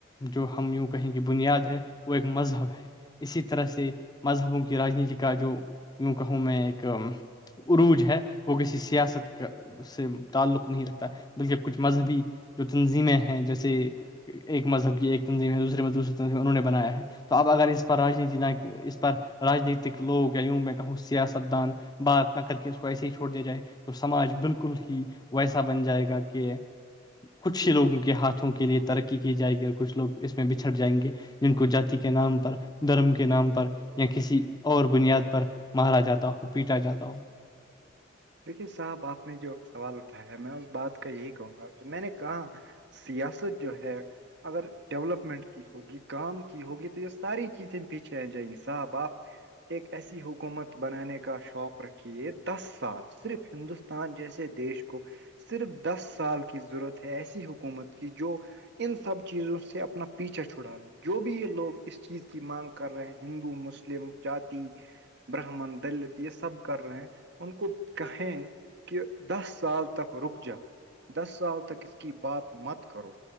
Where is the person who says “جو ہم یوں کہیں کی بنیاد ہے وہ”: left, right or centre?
Left